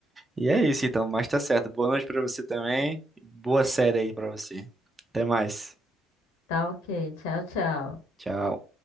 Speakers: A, on the right; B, on the left.
A: E é isso então, mas tá certo. Boa noite pra você também. Boa série aí pra você. Até mais.
B: Tá ok. Tchau, tchau.
A: Tchau.